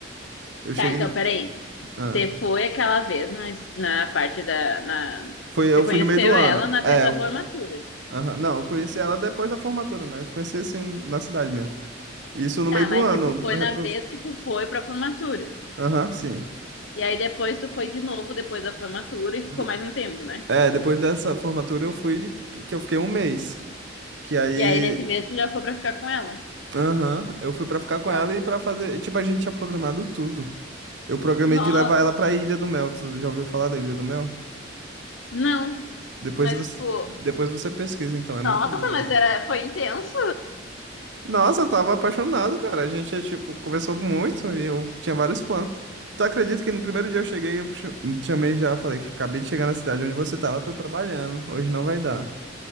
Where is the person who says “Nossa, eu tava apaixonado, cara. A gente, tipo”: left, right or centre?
Right